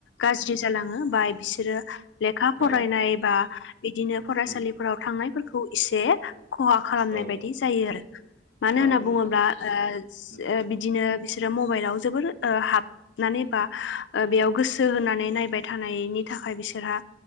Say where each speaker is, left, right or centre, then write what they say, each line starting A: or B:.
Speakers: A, on the left (about 80°); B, on the right (about 50°).
A: गाज्रि जालाङो बा बिसोरो लेखा फरायनाय
B: औ
A: बा बिदिनो फरायसालिफोराव
B: उम
A: थांनायफोरखौ एसे खहा खालामनाय
B: औ
A: बायदि जायो आरो मानो होनना
B: औ नोंथां
A: बुङोब्ला ओ
B: उम
A: ओ बिदिनो बिसोरो मबाइलाव जोबोर हाब नानै बा बेयाव गोसो होनानै नायबाय थानायनि थाखाय बिसोरहा